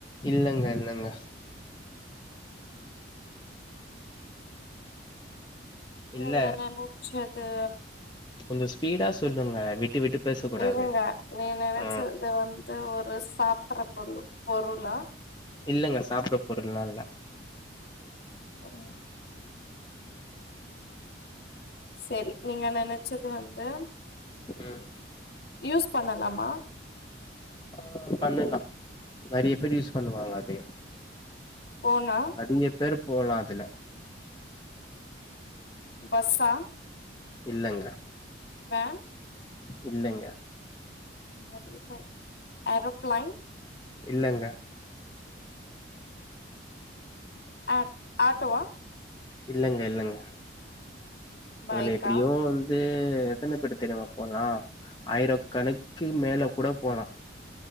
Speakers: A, on the left; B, on the left.
A: இல்லங்க இல்லங்க இல்ல
B: ஓங்க அண்ணா அண்ணவு ச்சது
A: கொஞ்ச ஸ்பீடா சொல்லுங்க விட்டு விட்டு பேச கூடாது
B: இருங்க நீங்க நனைச்சது
A: ஆ
B: வந்து ஒரு சாப்பற பொருளு பொருளா
A: இல்லங்க சாப்பற பொருள்ல்லாம் இல்ல
B: ம் செரி நீங்க நனச்சது வந்து
A: ம்
B: யூஸ் அ பண்ணலாமா
A: அ பண்ணலாம் நறைய பேர் யூஸ் பண்ணுவாங்க அதையும்
B: ஃபோனா
A: அதிக பேர் போலா அதுல
B: பஸ்சா
A: இல்லங்க
B: வேன்
A: இல்லங்க
B: நறைய பேர் ஏரோப்லைன்
A: இல்லங்க
B: அ அட்டோவா
A: இல்லங்க இல்லங்க
B: பைக்கா
A: அதுல எப்படியும் வந் து எத்தன பேர் தெரிமா போலா ஆயிரம் கணக்கு மேல கொட போலாம்